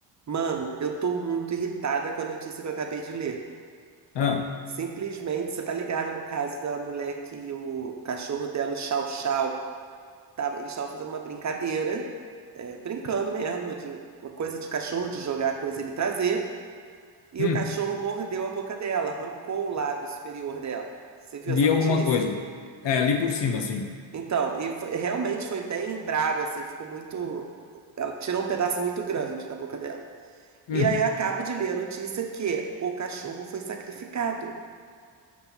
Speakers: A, on the right (about 35°); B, on the left (about 60°).
A: Mano, eu tô muito irritada com a notícia que eu acabei de ler.
B: Ah,
A: Simplesmente, você tá ligado no caso da mulher que o cachorro dela, o Chow Chow, tava, eles estavam fazendo uma brincadeira, é, brincando mesmo, de uma coisa de cachorro, de jogar a coisa e ele trazer, e
B: hum,
A: o cachorro mordeu a boca dela, arrancou o lábio superior dela. Você viu
B: li
A: essa notícia?
B: alguma coisa. É, li por cima, assim.
A: Então, e foi- realmente foi bem brabo, assim, ficou muito. Ela tirou um pedaço muito grande da boca dela.
B: Hum.
A: E aí eu acabo de ler a notícia que o cachorro foi sacrificado.